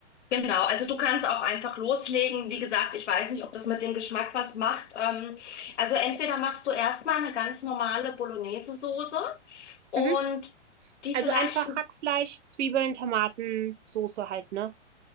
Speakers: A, on the left; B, on the right.
A: Genau, also du kannst auch einfach loslegen. Wie gesagt, ich weiß nicht, ob das mit dem Geschmack was macht. Ähm, also entweder machst du erstmal eine ganz normale Bolognese-Soße und
B: Mhm.
A: die
B: Also
A: vielleicht,
B: einfach Hackfleisch, Zwiebeln, Tomaten, Soße halt, ne?